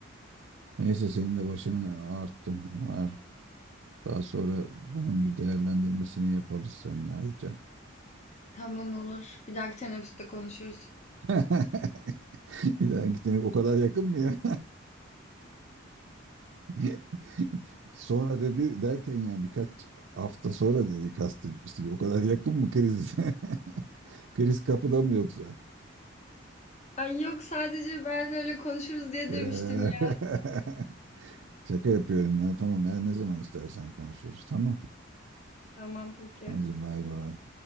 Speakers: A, on the right; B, on the left.
A: Neyse senin de başını ağarttım. Var. Daha sonra bunun bir değerlendirmesini yaparız seninle ayrıca.
B: Tamam olur. Bir dahaki teneffüste konuşuruz.
A: <laughs> Bir daha gitene o kadar yakın mı ya? <laughs> Sonra dedi derken yani birkaç hafta sonra dedi kastetmişti. O kadar yakın mı kriz? <laughs> Kriz kapıda mı yoksa?
B: Ay yok sadece ben öyle konuşuruz diye
A: Eee,
B: demiştim ya.
A: <laughs> Şaka yapıyorum ya tamam ya ne zaman istersen konuşuruz tamam.
B: Tamam peki.
A: Hadi bay bay.